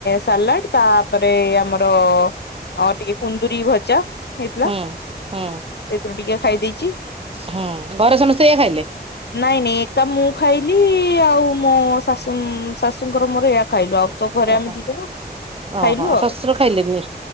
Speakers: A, on the left; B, on the right.
A: ସାଲାଡ ତାପରେ ଆମର ଟିକେ କୁନ୍ଦୁରି ଭଜା ହେଇଥିଲା।
B: ହୁଁ ହୁଁ।
A: ସେଥିରୁ ଟିକେ ଖାଇ ଦେଇଛି।
B: ହୁଁ ଘରେ ସମସ୍ତେ ସେୟା ଖାଇଲେ।
A: ନାଇଁ ନାଇଁ ଏକା ମୁଁ ଖାଇଲି ଆଉ ମୋ ଶାଶ ଶାଶୁଙ୍କର ମୋର ଏ ଖାଇଲୁ ଆଉ। ତୋ ଘରେ
B: ଓହୋ
A: ଆମେ ଦିଯଜଣ
B: ଓହୋ
A: ଖାଇଲୁ ଆଉ
B: ଶ୍ୱଶୁର ଖାଇଲେନି